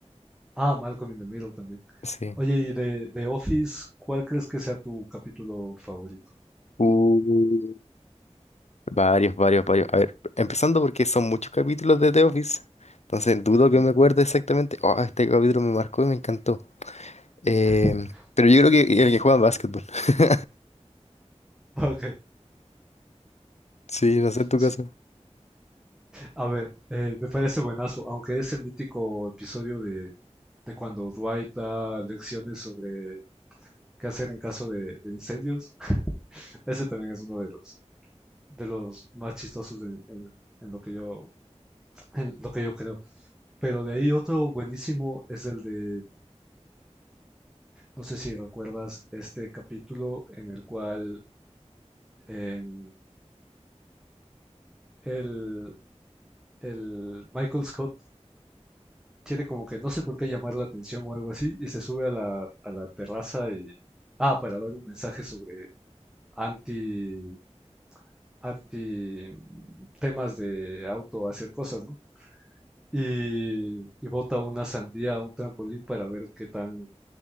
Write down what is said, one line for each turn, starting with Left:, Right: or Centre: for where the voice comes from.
Centre: Ah, Malcolm in the Middle también.
Left: sí.
Centre: Oye, y de, de Office, ¿cuál crees que sea tu capítulo favorito?
Left: Uh, Varios, varios, varios. A ver, empezando porque son muchos capítulos de The Office, entonces dudo que
Centre: Ujú.
Left: me acuerde exactamente. Oh, este capítulo me marcó y me encantó. Em,
Centre: <laughs>
Left: pero yo creo que el que juega básquetbol. <laughs>
Centre: Ok,
Left: Sí, no sé en tu
Centre: sí.
Left: caso.
Centre: A ver, eh, me parece buenazo, aunque ese mítico episodio de, de cuando Dwight da lecciones sobre qué hacer en caso de, de incendios, <laughs> ese también es uno de los, de los más chistosos de- en, en lo que yo, en lo que yo creo. Pero de ahí otro buenísimo es el de, no sé si recuerdas este capítulo en el cual em, el, el Michael Scott quiere como que no sé por qué llamar la atención o algo así, y se sube a la, a la terraza y... Ah, para dar un mensaje sobre anti, anti temas de auto hacer cosas, ¿no? Y, y bota una sandía a un trampolín para ver qué tan,